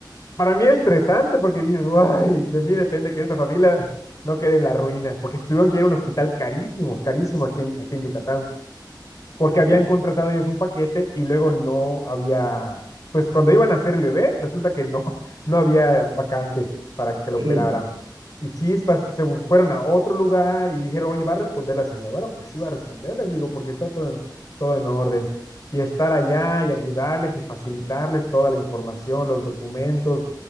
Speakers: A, on the left; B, on the right.
A: para mí es estresante porque dices, guay, de mí depende que esta familia no quede en la ruina, porque se tuvieron que ir a un hospital carísimo, carísimo aquí en, aquí en Yucatán porque
B: ok.
A: habían contratado ellos un paquete y luego no había, pues cuando iban a hacer el bebé, resulta que no, <laughs> no había vacante para que lo
B: <clears throat>
A: operaran.
B: Mm,
A: Y chispas, se fueron a otro lugar y dijeron, oye, ¿va a responder la aseguradora? Pues sí, va a responder, les digo, porque está todo en, todo en orden. Y estar allá y ayudarles y facilitarles toda la información, los documentos.